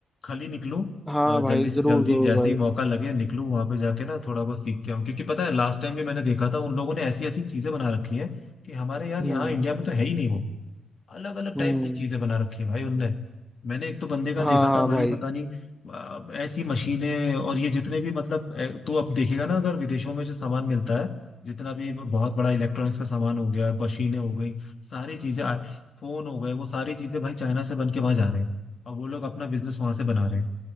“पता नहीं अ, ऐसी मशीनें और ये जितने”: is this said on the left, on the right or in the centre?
Left